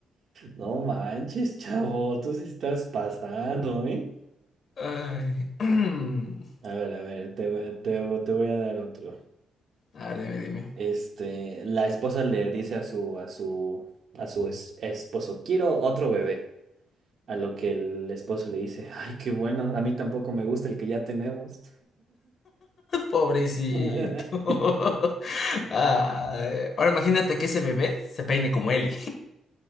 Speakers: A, on the right; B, on the left.
A: No manches, chavo. Tú sí estás pasando, ¿eh?
B: Ay. <clears throat>
A: A ver, a ver, te, va- te, va- te voy a dar otro.
B: A ver, dime, dime.
A: Este, la esposa le dice a su, a su, a su es- esposo, quiero otro bebé. A lo que el esposo le dice, ay, qué bueno, a mí tampoco me gusta el que ya tenemos.
B: Pobrecito.
A: <laughs>
B: <laughs> Ay. Ahora imagínate que ese bebé se peine como Eli.